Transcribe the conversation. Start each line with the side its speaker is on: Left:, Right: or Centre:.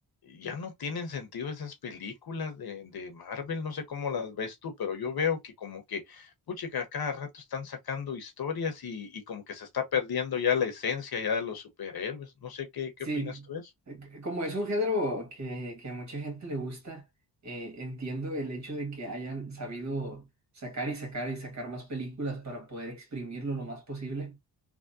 Left: ya no tienen sentido esas películas de, de Marvel, no sé cómo las ves tú, pero yo veo que como que, puchica, cada rato están sacando historias y, y como que se está perdiendo ya la esencia ya de los superhéroes. No sé qué, qué
Right: Sí,
Left: opinas tú de eso.
Right: eh, c- como es un género que, que a mucha gente le gusta, eh, entiendo el hecho de que hayan sabido sacar y sacar y sacar más películas para poder exprimirlo lo más posible.